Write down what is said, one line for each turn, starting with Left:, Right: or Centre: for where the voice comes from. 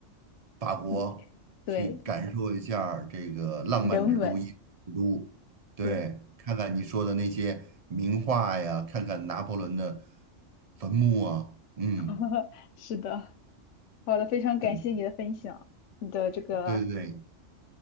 Right: 法国去感受一下儿这个浪漫之都、
Left: 你对人文，
Right: 艺术之都，对，
Left: 对，
Right: 看看你说的那些名画呀，看看拿破仑的坟墓啊，嗯，
Left: <laughs> 是的，好的，非常感谢你的分享，
Right: 对
Left: 你的这个
Right: 对对对，